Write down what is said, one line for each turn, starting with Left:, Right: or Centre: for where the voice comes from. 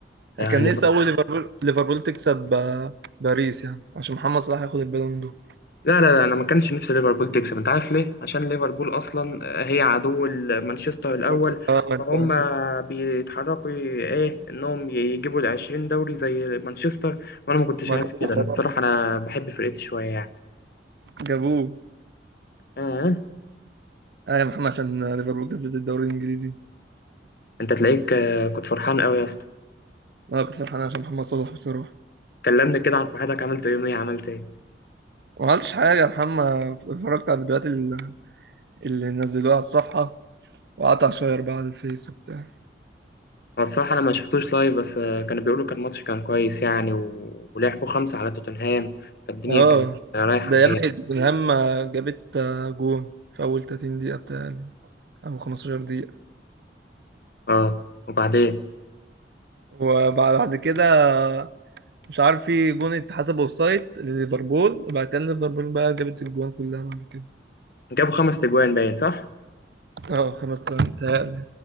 Left: و...
Right: أنا كان نفسي اول ليفربول ليفربول تكسب آه، باريس يعني عشان محمد صلاح ياخد البالون دور
Left: لا لا لا انا ما كانش نفسي ليفربول تكسب انت عارف ليه عشان ليفربول اصلا هي عدو مانشستر الاول
Right: ما- اه ما انت
Left: فهم
Right: مش لسه-
Left: بيتحركوا ايه انهم يجيبوا ال 20 دوري زي مانشستر وانا ما كنتش
Right: ما
Left: عايز
Right: جابوه
Left: كده انا
Right: خلاص
Left: الصراحه انا بحب فرقتي شويه يعني
Right: جابوه
Left: آه.
Right: ايوه محمد عشان ليفربول كسبت الدوري الانجليزي
Left: انت تلاقيك آه، كنت فرحان قوي يا اسطى
Right: انا كنت فرحان عشان محمد صلاح بصراحة
Left: كلمني كده عن فرحتك عملت يوم ايه عملت ايه
Right: ما عملتش حاجة يا محمد اتفرجت على الفيديوهات اللي اللي نزلوها على الصفحة وقعدت اشير بقى على الفيس وبتاع
Left: هو الصراحه انا ما شفتوش لايف بس آه، كانوا بيقولوا كان ماتش كان كويس يعني و... ولعبوا خمسه على توتنهام فالدنيا
Right: اه
Left: كانت رايحه
Right: ده
Left: جايه
Right: يا ابني توتنهام جابت آه، جون في اول 30 دقيقة بتاعي او 15 دقيقة
Left: اه وبعدين
Right: وبعد كده مش عارف في جون اتحسب اوفسايد لليفربول وبعد كده ليفربول بقى جابت الجوان كلها بعد كده
Left: جابوا خمس تجوان باين صح؟
Right: اه خمس تلاتة متهيألي